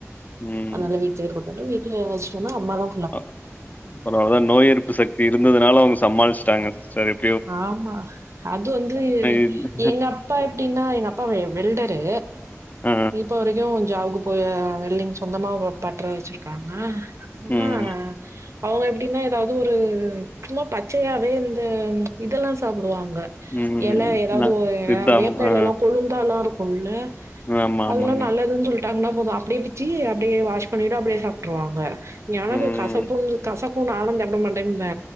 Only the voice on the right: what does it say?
அத்னால வீட் லே இருக்கட்டுன்ட்டு வீட்ல வெஸ்ட்டோனா அம்மா தா
ஆமா அது வந்து
எங்கப் பா எப்டினா எங்க அப்பா வே வெல்டரு
இப்ப வரைக்கு ஜாப்கு போய் வெல்டிங் சொந்தமா பட்ற வெச்சிருக்காங்க ஆனா
அவங்க எப்டின்னா எதாவ்து ஒரு சும்மா பச்சையாவே இந்த இதெல்லா சாப்டுவாங்க
எல எதாவ்து
ஒ எ
வேப்பெலல்லா
கொழுந்தால்ல இருக்குல்ல
அதுல்லா
நல்லதுன் சொல்லீட்டாங்னா போது அப்டியே பிச்சி அப்டியே வாஷ் பண்ணிட்டு அப்டியே சாப்ட்ருவாங்க எனக்கு
கசப்புன் கசக்கு நானு சாப்டமாட்டேம்ப